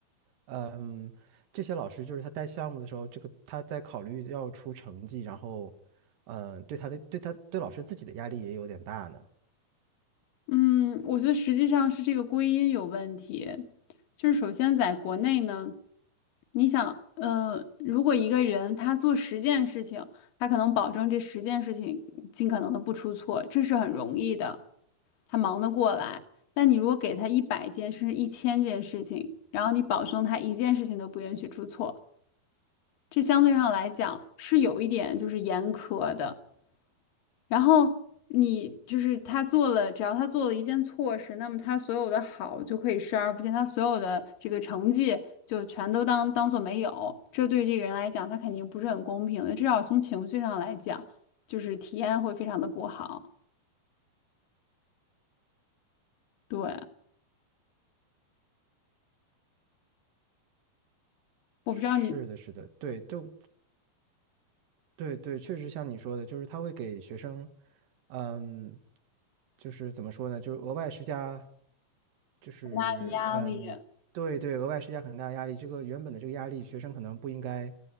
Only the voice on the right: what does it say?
嗯，这些老师就是他带项目的时候，这个他在考虑要出成绩，然后，嗯，对他的对他对老师自己的压力也有点大呢。
是的，是的，对，就对对，确实像你说的，就是他会给学生，嗯，就是怎么说呢，就是额外施加，就是嗯，
对对，额外施加很大压力。这个原本的这个压力，学生可能不应该，